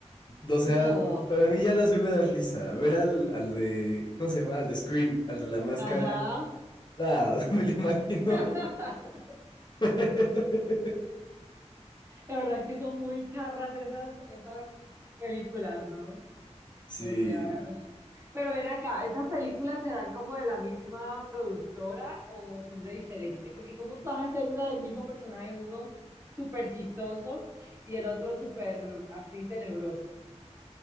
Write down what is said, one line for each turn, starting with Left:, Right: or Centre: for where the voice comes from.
Left: O sea,
Right: No.
Left: para mí ya las vi y me da risa. Ver al, al de, ¿cómo se llama? Al de Scream, al de la máscara.
Right: Ajá.
Left: Ah, <laughs> me lo imagino.
Right: <laughs>
Left: <laughs>
Right: La verdad es que son muy charras esas, esas películas, ¿no?
Left: Sí,
Right: No sé, a ver. Pero ven acá, ¿esas películas serán como de la misma productora o son de diferente? Porque ¿cómo vas a hacer una del mismo personaje, uno súper chistoso y el otro súper así tenebroso?